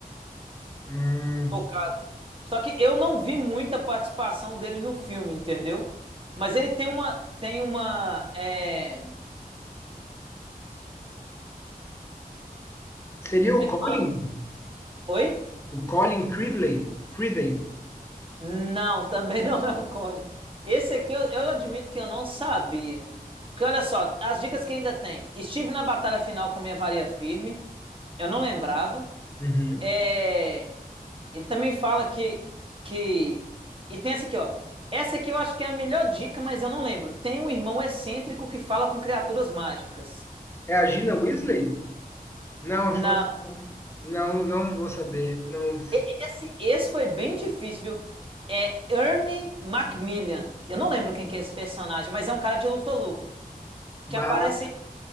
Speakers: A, on the left (about 15°); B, on the right (about 35°).
A: Hum,
B: no caso. Só que eu não vi muita participação dele no filme, entendeu? Mas ele tem uma, tem uma, é, como
A: seria
B: é
A: o Colin?
B: que fala? Oi?
A: O Colin Creevey? Creevey.
B: Não, <laughs> também não é o Cone. Esse aqui eu, eu admito que eu não sabia. Porque olha só, as dicas que ainda tem. Estive na batalha final com minha varia firme. Eu não lembrava.
A: Uhum.
B: É, Ele também fala que, que. E tem essa aqui, ó. Essa aqui eu acho que é a melhor dica, mas eu não lembro. Tem um irmão excêntrico que fala com criaturas mágicas.
A: É a Gina Weasley? Não,
B: Não.
A: acho que assim, não, não vou saber. Não.
B: E- Esse, esse foi bem difícil, viu? É Ernie Macmillan. Eu não lembro quem que é esse personagem, mas é um cara de lufa-lufa.
A: Bah,
B: Que aparece